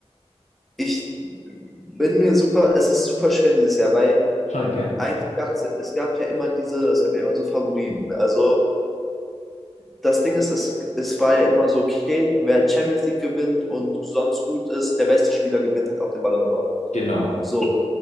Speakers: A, in the centre; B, on the left (about 85°).
A: ich bin mir super, es ist super schwer dieses Jahr, weil
B: Schon, gell?
A: eigentlich gab es, es gab ja immer diese, es gab ja immer so Favoriten. Also das Ding ist, es, es war ja immer so, okay, wer Champions League gewinnt und sonst gut ist, der beste Spieler gewinnt halt auch den Ballon d'Or.
B: Genau.
A: So,